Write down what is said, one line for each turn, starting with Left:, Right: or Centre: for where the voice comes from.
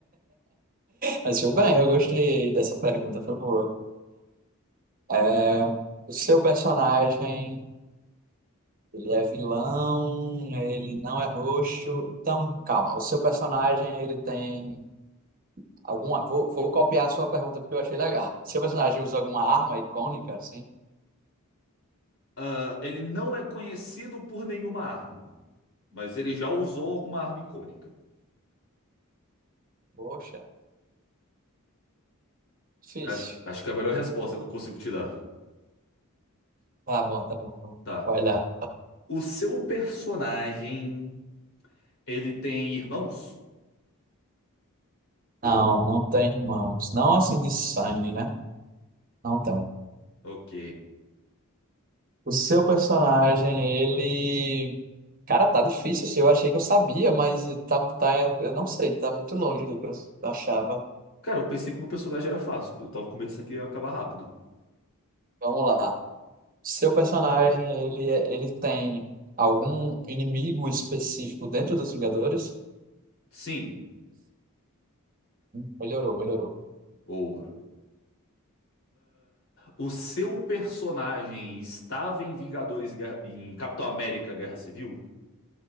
Right: Mas tudo bem, eu gostei dessa pergunta, por favor. É, o seu personagem. Ele é vilão, ele não é roxo. Então, calma. O seu personagem, ele tem alguma. Vou, vou copiar a sua pergunta porque eu achei legal. Seu personagem usa alguma arma icônica, assim?
Left: Ah, ele não é conhecido por nenhuma arma, mas ele já usou alguma arma icônica.
Right: Poxa, difícil.
Left: Acho, acho que é a melhor resposta que eu consigo te dar.
Right: Tá bom, tá bom. tá bom.
Left: Tá.
Right: Vai lá.
Left: O seu personagem, ele tem irmãos?
Right: Não, não tem irmãos. Não assim de sangue, né? Não tem.
Left: Ok.
Right: O seu personagem, ele. Cara, tá difícil. assim, Eu achei que eu sabia, mas tá, tá, eu não sei. Tá muito longe do que eu achava.
Left: Cara, eu pensei que o meu personagem era fácil. Eu tava com medo disso aqui ia acabar rápido.
Right: Vamos lá. Seu personagem, ele, é- ele tem algum inimigo específico dentro dos Vingadores?
Left: Sim,
Right: Hum, Melhorou, melhorou.
Left: boa. O seu personagem estava em Vingadores, Guerra- em Capitão América Guerra Civil?